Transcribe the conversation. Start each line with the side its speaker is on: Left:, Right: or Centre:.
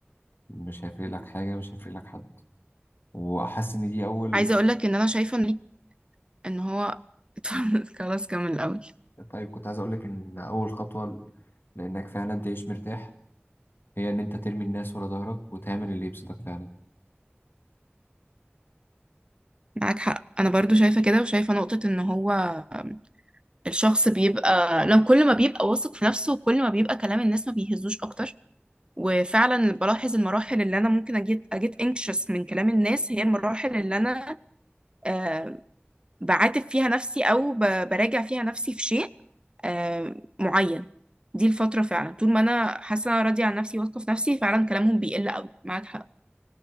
Left: مش هيفرق لك حاجة مش هيفرق لك حد وأحس إن دي أول
Right: عايزة اقولك ان انا شايفة ان ان هو <laughs> خلاص كمل الاول
Left: طيب كنت عايز أقولك إن أول خطوة لإنك فعلا تعيش مرتاح هي إن أنت ترمي الناس ورا ظهرك وتعمل اللي يبسطك فعلا
Right: معاك حق انا برضو شايفة كده وشايفة نقطة ان هو آم، الشخص بيبقى لو كل ما بيبقى واثق في نفسه كل ما بيبقى كلام الناس ما بيهزوش اكتر وفعلا بلاحظ المراحل اللي انا ممكن اجيت اجيت anxious من كلام الناس هي المراحل اللي انا آه، بعاتب فيها نفسي او ب- براجع فيها نفسي في شيء آه، معين دي الفترة فعلا طول ما أنا حاسة إن أنا راضية عن نفسي واثقة في نفسي فعلا كلامهم بيقل أوي معاك حق